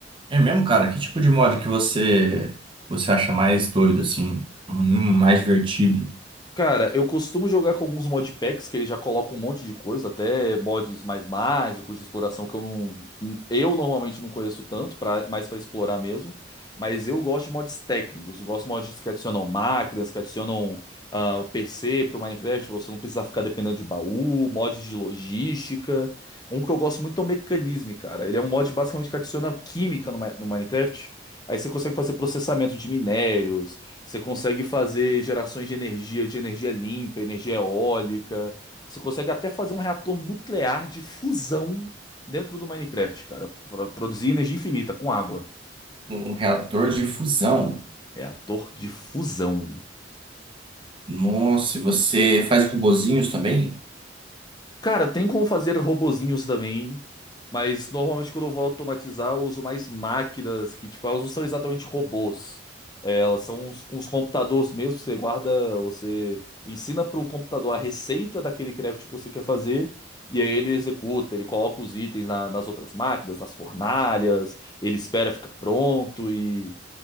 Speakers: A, on the right; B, on the left.
A: é mesmo, cara. Que tipo de mod que você você acha mais doido assim, Hum, mais divertido?
B: Cara, eu costumo jogar com alguns modpacks que ele já coloca um monte de coisa, até mods mais mágicos de exploração que eu não, eu normalmente não conheço tanto, pra, mais pra explorar mesmo. Mas eu gosto de mods técnicos, eu gosto de mods que adicionam máquinas, que adicionam ah, o PC pro Minecraft, pra você não precisar ficar dependendo de baú, mods de logística. Um que eu gosto muito é o Mecanism, cara. Ele é um mod basicamente que adiciona química no, Mi- no Minecraft. Aí você consegue fazer processamento de minérios. Você consegue fazer gerações de energia, de energia limpa, energia eólica. Você consegue até fazer um reator nuclear de fusão dentro do Minecraft, cara, para produzir energia infinita com água.
A: Um reator de fusão.
B: Reator de fusão.
A: Nossa, e você faz robozinhos também?
B: Cara, tem como fazer robozinhos também, mas normalmente quando eu vou automatizar, eu uso mais máquinas que, tipo, elas não são exatamente robôs. É, elas são uns- com os computadores mesmo, você guarda, você ensina para o computador a receita daquele craft que você quer fazer, e aí ele executa, ele coloca os itens na- nas outras máquinas, nas fornalhas, ele espera ficar pronto e,